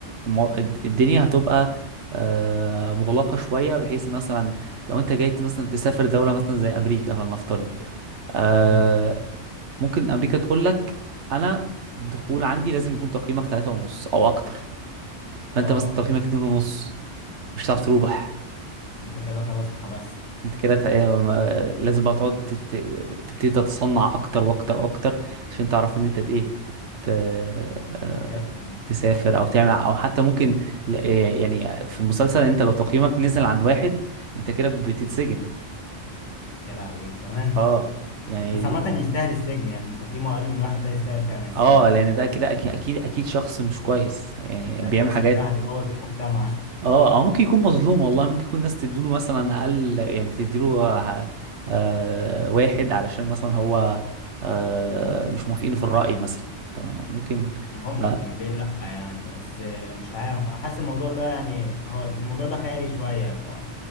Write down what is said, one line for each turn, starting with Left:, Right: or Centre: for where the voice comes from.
Right: المو... الد- الدنيا هتبقى آه مغلقة شوية بحيث مثلا لو انت جاي مثلا تسافر دولة مثلا زي امريكا فلنفترض آه
Left: امم
Right: ممكن امريكا تقول لك انا الدخول عندي لازم يكون تقييمك ثلاثة ونص او اكتر فانت
Left: اه
Right: مثلا تقييمك اتنين ونص مش هتعرف تروح
Left: انت كده خلاص اتحبست
Right: انت كده ت- ما- لازم بقى تقعد تبت- تبتدي تتصنع اكتر واكتر اكتر عشان تعرف ان انت ت- ايه ت... آه،
Left: اسافر آه.
Right: تسافر او تعمل او حتى ممكن ل- آه، يعني في المسلسل انت لو تقييمك نزل عن واحد انت كده بتتسجن
Left: يا لهوي كمان
Right: اه يعني
Left: بس عامة يستاهل السجن يعني اللي تقييمه أقل من واحد ده يستاهل فعلا السجن
Right: اه لان ده كده اكيد اكيد اكيد شخص مش كويس يعني
Left: ده
Right: بيعمل
Left: توكسيك
Right: حاجات
Left: ده هيبوظ المجتمع <laughs>
Right: اه او ممكن يكون مظلوم والله ممكن يكون ناس تديله مثلا اقل يعني بتديله آه آه، واحد علشان مثلا هو آه مش موافقينه في الرأي مثلا طب ممكن
Left: ممكن
Right: ف... اه
Left: ليه لأ يعني بس مش عارف أنا حاسس الموضوع ده يعني هو الموضوع ده خيالي شوية فحاسس